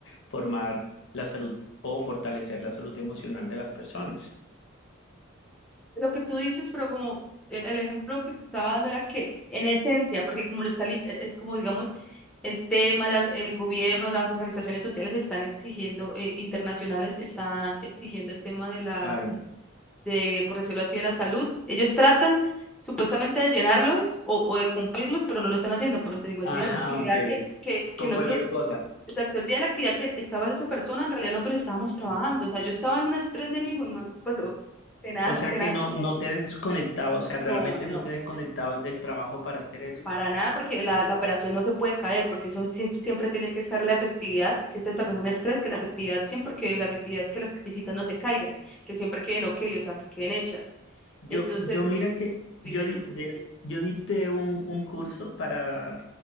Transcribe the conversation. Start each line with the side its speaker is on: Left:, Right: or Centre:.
Left: formar la salud o fortalecer la salud emocional de las personas.
Centre: lo que tú dices, pero como eh, el ejemplo que te estaba dando era que en esencia, porque como lo está, li- eh, es como digamos el tema, las- el gobierno, las organizaciones sociales están exigiendo, eh, internacionales están exigiendo el tema de la,
Left: Claro.
Centre: de, por decirlo así, de la salud. Ellos tratan supuestamente de llenarlos o, o de cumplirlos, pero no lo están haciendo. Por eso te digo, el
Left: Ajá,
Centre: día de la actividad
Left: ok.
Centre: que, que, que
Left: Con
Centre: nosotros
Left: cualquier cosa.
Centre: Exacto, el día de la actividad que estaba esa persona, en realidad nosotros estábamos trabajando. O sea, yo estaba en un estrés del hijo, de ma- pues oh, tenaz,
Left: O sea
Centre: tenaz.
Left: que no, no te desconectabas, o sea,
Centre: No,
Left: realmente
Centre: no,
Left: no te desconectabas del trabajo para hacer eso.
Centre: para nada, porque la, la operación no se puede caer, porque eso siem- siempre tiene que estar la efectividad, que es también un estrés, que la efectividad al 100, porque la efectividad es que las visitas no se caigan, que siempre queden ok, o sea, que queden hechas.
Left: Yo,
Centre: Entonces,
Left: yo mira que
Centre: dime,
Left: yo, di-
Centre: dime.
Left: de- yo dicté un, un curso para